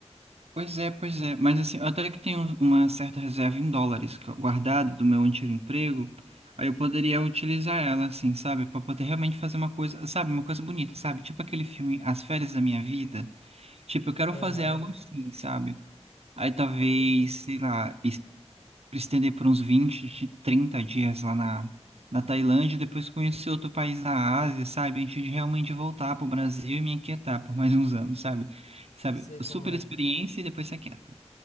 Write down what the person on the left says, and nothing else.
Aham,
entendi.
Eu sei
como é.